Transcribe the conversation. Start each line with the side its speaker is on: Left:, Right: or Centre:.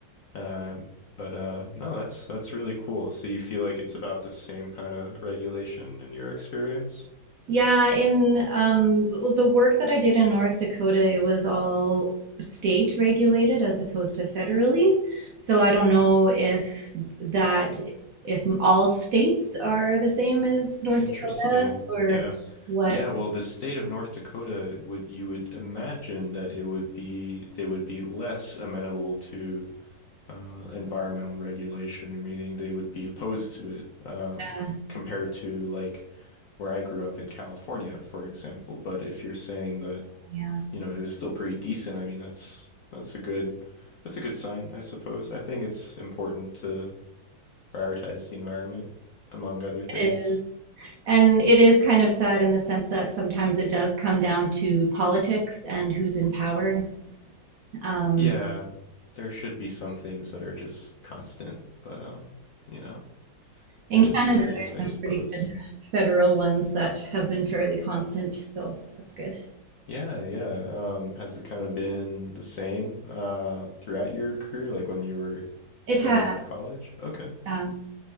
Left: Um, but uh, no, that's that's really cool. So you feel like it's about the same kind of regulation in your experience?
Right: Yeah, in um, well, the work that I did in North Dakota, it was all state regulated as opposed to federally. So I don't know if that, if all states are the same as North
Left: Interesting.
Right: Dakota or
Left: Yeah.
Right: what.
Left: Yeah, well, the state of North Dakota would you would imagine that it would be they would be less amenable to uh, environmental regulation, meaning they would be opposed to it um,
Right: Uh,
Left: compared to like where I grew up in California, for example. But if you're saying that,
Right: yeah,
Left: you know, it was still pretty decent, I mean, that's that's a good that's a good sign, I suppose. I think it's important to prioritize the environment among other things.
Right: it is. And it is kind of sad in the sense that sometimes it does come down to politics and who's in power. Um,
Left: Yeah, there should be some things that are just constant, but um, you know,
Right: in
Left: it is
Right: Canada,
Left: what it is,
Right: there's
Left: I
Right: some
Left: suppose.
Right: pretty good federal ones that have been fairly constant, so that's good.
Left: Yeah, yeah. Um, has it kind of been the same uh throughout your career, like when you were
Right: It
Left: studying
Right: has.
Left: in college? Okay.
Right: yeah.